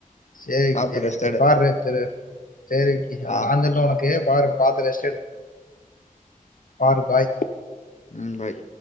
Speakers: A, on the left; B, on the left.
A: செரிங்க
B: சாப்ட்டு
A: செரிங்க
B: ரெஸ்ட்
A: சேர்
B: எடு
A: பாரு தெரு சேரி விக்கி அது
B: ஆ
A: நாஞ்சொல்ல உனக்கு பாரு பாத்து ரெஸ்ட் எடு பாரு பாய்
B: ம் பாய்